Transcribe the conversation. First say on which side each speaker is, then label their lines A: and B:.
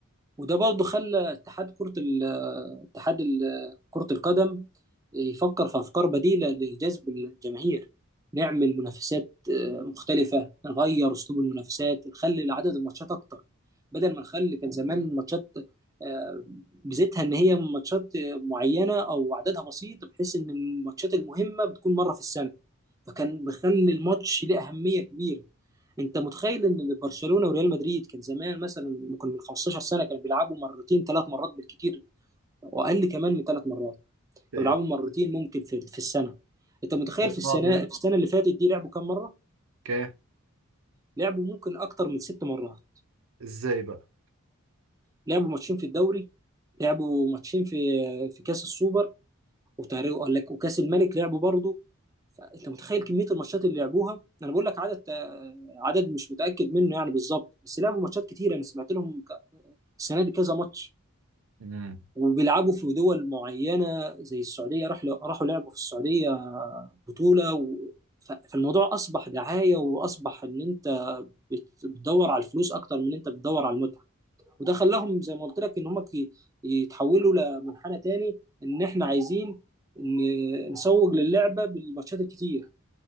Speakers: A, on the right; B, on the right.
A: وده برضه خلى اتحاد كرة ال- اتحاد ال- كرة القدم يفكر في أفكار بديلة لجذب الجماهير نعمل منافسات آه، مختلفة نغير أسلوب المنافسات نخلي عدد الماتشات أكتر بدل ما نخلي كان زمان ماتشات آه، ميزتها إن هي ماتشات آه، معينة أو عددها بسيط بحيث إن الماتشات المهمة بتكون مرة في السنة فكان بيخلي الماتش ليه أهمية كبيرة انت متخيل ان برشلونه وريال مدريد كان زمان مثلا ممكن من 15 سنه كانوا بيلعبوا مرتين ثلاث مرات بالكتير واقل كمان من ثلاث مرات كانوا
B: إيه،
A: بيلعبوا مرتين ممكن في في السنه انت متخيل
B: خد
A: في السنه
B: بعض يعني
A: في السنه اللي فاتت دي لعبوا كام مره
B: كام
A: لعبوا ممكن اكتر من ست مرات
B: ازاي بقى
A: لعبوا ماتشين في الدوري لعبوا ماتشين في في كاس السوبر وتقريبا قال لك وكاس الملك لعبوا برضه فانت متخيل كميه الماتشات اللي لعبوها انا بقول لك عدد عدد مش متاكد منه يعني بالظبط بس لعبوا ماتشات كتير انا سمعت لهم ك- السنه دي كذا ماتش
B: مم.
A: وبيلعبوا في دول معينة زي السعودية راح راحوا لعبوا في السعودية بطولة و... ف- فالموضوع أصبح دعاية وأصبح إن أنت بت- بتدور على الفلوس أكتر من إن أنت بتدور على المتعة وده خلاهم زي ما قلت لك إن هم ي- يتحولوا لمنحنى تاني إن إحنا عايزين ن- نسوق للعبة بالماتشات الكتير